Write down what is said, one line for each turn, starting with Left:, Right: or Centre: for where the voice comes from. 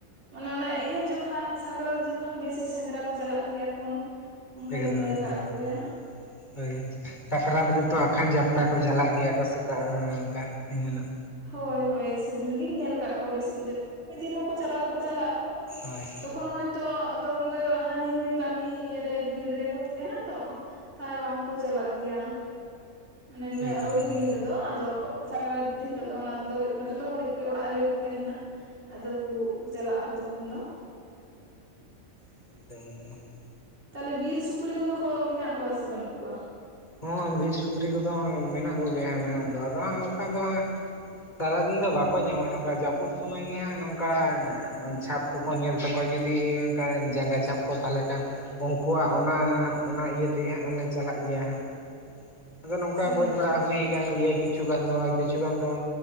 Right: ᱟᱱᱮ ᱚᱱᱟ ᱤᱭᱟ ᱡᱚᱠᱷᱚᱱ ᱥᱟᱠᱨᱟᱛ ᱡᱚᱠᱷᱚᱱ ᱵᱮᱥᱤ ᱥᱮᱸᱫᱽᱨᱟ ᱠᱚ ᱪᱟᱞᱟᱜ ᱜᱮᱭᱟ ᱠᱚ᱾ ᱚᱱᱠᱟᱧ
Left: ᱮᱠᱫᱚᱢ
Right: ᱧᱮᱞ
Left: ᱮᱠᱫᱚᱢ
Right: ᱟᱠᱟᱫ
Left: <unintelligible>
Right: ᱠᱚᱣᱟ
Left: ᱵᱷᱜᱤ ᱥᱟᱠᱨᱟᱛ ᱨᱮᱛᱚ ᱟᱠᱷᱟᱱ ᱡᱟᱛᱛᱟ ᱠᱚ ᱪᱟᱞᱟᱜ ᱜᱮᱭᱟ ᱠᱚ ᱥᱮᱛᱟᱜ ᱨᱮ ᱚᱱᱠᱟ ᱮᱱᱦᱤᱞᱳᱜ᱾
Right: ᱦᱳᱭ ᱦᱳᱭ ᱥᱮᱫᱤᱱ ᱜᱤᱧ ᱧᱮᱞ ᱠᱟ ᱠᱚᱣᱟ ᱵᱮᱥᱤ ᱠᱚ ᱪᱟᱞᱟ <unintelligible> ᱢᱤᱫ ᱫᱤᱱ ᱦᱚ ᱠᱚ ᱪᱟᱞᱟᱣ ᱫᱚᱠᱚ ᱪᱟᱞᱟ-ᱟ
Left: ᱦᱚᱭ
Right: ᱛᱚᱠᱷᱚᱱ ᱦᱚᱭᱛᱚ ᱛᱚᱠᱷᱚᱱ ᱫᱚ ᱦᱟᱹᱱᱤ ᱱᱩᱭ ᱠᱟᱹᱢᱤ ᱤᱭᱟᱹᱨᱮ ᱵᱷᱤᱲ ᱨᱮ.. ᱠᱚ ᱛᱟᱦᱮᱱᱟ ᱛᱚ᱾ ᱛᱟᱭ ᱵᱟᱝ ᱠᱚ ᱪᱟᱞᱟᱜ ᱜᱮᱭᱟ ᱢᱟᱱᱮ
Left: ᱮᱠᱫᱚᱢ
Right: ᱟᱹᱣᱲᱤ
Left: ᱦᱮᱸ
Right: ᱫᱤᱱ ᱨᱮᱫᱚ᱾ ᱟᱫᱚ ᱟᱫᱚ ᱥᱟᱠᱨᱟᱛ ᱫᱤᱱ ᱦᱤᱞᱳᱜ ᱫᱚ ᱚᱱᱟ ᱫᱚ ᱦᱩᱭᱩᱜ ᱠᱟᱱᱟ ᱡᱚᱛᱚ ᱦᱚᱲᱜᱮ ᱚᱲᱟᱜ ᱨᱮᱜᱮ ᱠᱚ ᱛᱟᱦᱮᱱᱟ᱾ ᱟᱫᱚ ᱠᱩ ᱪᱟᱞᱟ ᱟᱠᱚ ᱛᱚᱠᱷᱚᱱ ᱫᱚ᱾
Left: <unintelligible>
Right: ᱛᱟᱦᱞᱮ ᱵᱤᱨ ᱥᱩᱠᱨᱤ ᱠᱚᱫᱚ ᱠᱚ ᱢᱮᱱᱟᱜ ᱠᱚᱣᱟ ᱥᱮ ᱵᱟᱱᱩᱜ ᱠᱚᱣᱟᱹ?
Left: ᱦᱚᱸ ᱵᱤᱨ ᱥᱩᱠᱨᱤ ᱠᱚᱫᱚ ᱢᱮᱱᱟᱜ ᱠᱚᱜᱮᱭᱟ ᱦᱟᱸᱜ ᱢᱮᱱᱟᱜ ᱫᱚ ᱟᱫᱚ ᱦᱟᱸᱜ ᱚᱱᱠᱟ ᱫᱚ ᱦᱟᱸᱜ᱾ ᱥᱟᱨᱟᱫᱤᱱ ᱫᱚ ᱵᱟᱠᱚ ᱧᱟᱢᱟ ᱱᱟ ᱱᱚᱝᱠᱟ ᱡᱟᱹᱯᱩᱫ ᱥᱩᱢᱟᱹᱭ ᱜᱮ ᱦᱟᱸᱜ ᱱᱚᱝᱠᱟ ᱪᱷᱟᱯ ᱠᱚ ᱠᱚ ᱧᱮᱞ ᱛᱟᱠᱚᱣᱟ ᱡᱩᱫᱤ ᱚᱱᱠᱟ ᱡᱟᱸᱜᱟ ᱪᱷᱟᱯ ᱠᱚ ᱛᱟᱦᱚᱞᱮ ᱠᱷᱟᱱ᱾ ᱩᱱᱠᱩᱣᱟᱜ ᱚᱱᱟ ᱚᱱᱟ ᱤᱭᱟᱹ ᱛᱮᱜᱮ ᱦᱟᱜ ᱞᱮ ᱪᱟᱞᱟᱜ ᱜᱮᱭᱟ ᱦᱟ᱾ ᱟᱫᱚ ᱱᱚᱝᱠᱟ
Right: ᱥᱮᱸᱫᱽᱨᱟ
Left: ᱜᱚᱡ ᱵᱟᱲᱟ
Right: ᱠᱚ
Left: ᱦᱩᱭᱩ ᱠᱟᱱ ᱜᱮᱭᱟ ᱠᱤᱪᱷ ᱜᱟᱱ ᱫᱚ-ᱟ ᱠᱤᱪᱷᱩ ᱜᱟᱱ ᱫᱚ᱾